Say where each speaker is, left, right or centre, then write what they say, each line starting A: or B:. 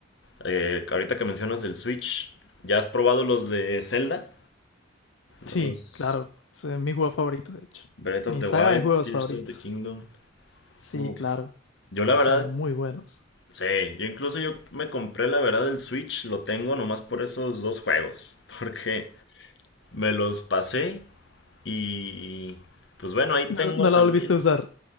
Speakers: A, on the left; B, on the left.
A: eh, ahorita que mencionas del Switch, ¿ya has probado los de Zelda?
B: Sí,
A: Los
B: claro, ese es mi juego favorito, de hecho.
A: Breath
B: Mi
A: of the
B: saga
A: Wild,
B: de juegos
A: Tears
B: favoritos.
A: of the Kingdom.
B: Sí,
A: Uf.
B: claro,
A: Yo la verdad,
B: son muy buenos.
A: sí, yo incluso yo me compré la verdad el Switch, lo tengo nomás por esos dos juegos, <laughs> porque me los pasé y pues bueno, ahí
B: No,
A: tengo
B: no
A: también.
B: la volviste a usar.